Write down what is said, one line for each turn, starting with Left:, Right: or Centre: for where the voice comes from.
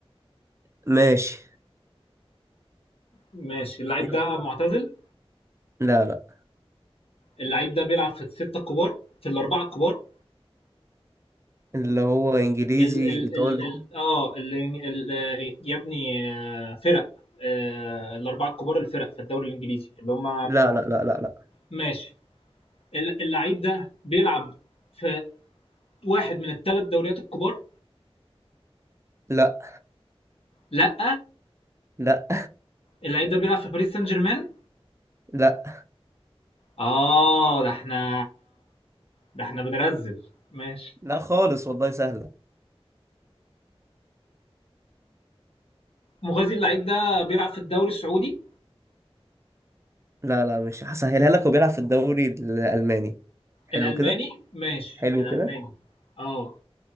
Right: ماشي
Left: ماشي اللعيب
Right: يلا.
Left: ده معتزل
Right: لا لا
Left: اللعيب ده بيلعب في الستة الكبار في الأربعة الكبار
Right: اللي هو انجليزي
Left: ال ال
Right: ايطالي
Left: ال ال اه ال ال آه، يا ابني آه، فرق آه، الأربعة الكبار الفرق في الدوري الإنجليزي اللي هم
Right: لا لا لا لا لا
Left: ماشي ال- اللعيب ده بيلعب في واحد من الثلاث دوريات الكبار
Right: لا
Left: لا
Right: لا
Left: اللعيب ده بيلعب في باريس سان جيرمان
Right: لا
Left: آه ده احنا ده احنا بنرزل ماشي
Right: لا خالص والله سهلة
Left: مغازي اللعيب ده بيلعب في الدوري السعودي
Right: لا لا مش هسهلها لك وبيلعب في الدوري الالماني حلو
Left: الألماني
Right: كده
Left: ماشي
Right: حلو
Left: الألماني
Right: كده
Left: اه